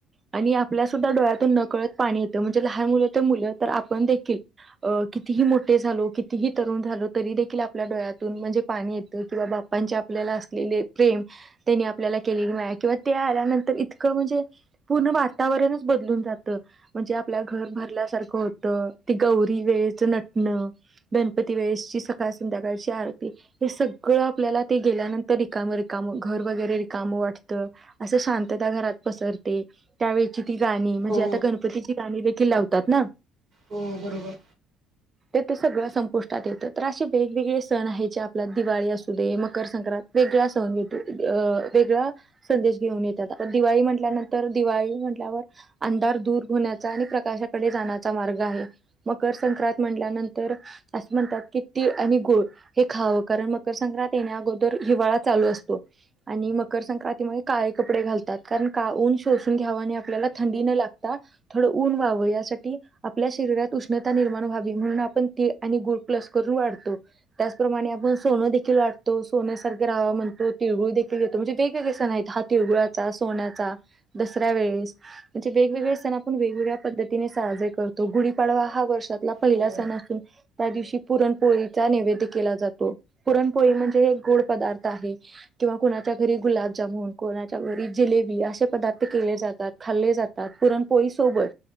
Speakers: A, on the right (about 20°); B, on the right (about 35°).
A: आणि आपल्यासद्धा डोळ्यातून नकळत पाणी येतं म्हणजे लहान मुलं तर मुलं तर आपण देखील कितीही मोठे झालो कितीही तरुण झालो तरी देखील आपल्या डोळ्यातून म्हणजे पाणी येतं किंवा बापांच्या आपल्या असलेले प्रेम त्यांनी आपल्याला केले किंवा ते आल्यानंतर इतकं म्हणजे पूर्ण वातावरणच बदलून जातं म्हणजे आपल्या घर भरल्यासारखं होत ते गौरी वेळेचं नटणं गणपती वेळेसची सकाळ संध्याकाळची आरती हे सगळं आपल्याला ते गेल्यानंतर रिकाम रिकाम घर वगैरे काम वात असं शांतता घरात पसरते त्यावेची ती गाणी म्हणजे
B: हो
A: आता गणपतीची गाणी कि लावतात ना
B: हो बरोबर
A: तर ते सगळं संपुष्टात येतं तर असे वेगवेगळे सण आहेत जे आपल्या दिवाळी असू दे मकर संक्रांत वेगळा सणेत अ वेगळा संदेश घेऊन येतात आता दिवाळी म्हटल्यानंतर दिवाळी अंधार दूर होण्या आणि प्रकाशाकडे जाण्याचा मार्ग आहे म संक्रां म्हटल्यानंतर असं म्हणतात की तीळ आणि गुळ हे खावं कारण मकर संक्रांतीने अगोदर हिवाळा चालू असतो आणि म संक्रांतीमध्ये काळे कपडे घालतात कारण का ऊन शोून घ्या आपल्याला थंडी न लाग थोडऊन व्हा यासाठी आपल्या शरीात उष्ण निर्माण व्हा म्हणून आपण तीळ आणि गूळ प्लस करून वाटतो त्याचप्रमाणे सोन देखील वाटतो सोन्या म्हणतो तिळगुळ देखील येतो म्हणजे वेगवेगळे सण आहेत हा तिळगुळाचा सोन्याचा दसऱ्या वेळे म्हणे वेगवेगळे सण आपण वेगगळ्या पद्धतीने साजरे करतो गुढीपाडवा हा वर्षात पहिला
B: हो
A: सण असून त्या दिवशी पुरणपोळीचा नैवेद केला जातो पुरणपोळी म्हणजे हे एक गोड पदार्थ आहे किंवा कोणाच्या घरी गुलाबजामन कोणाच्या घरी जिलेबी असे पदार्थ केले जातात खाल्ले जातात पुरणपोळी सोबत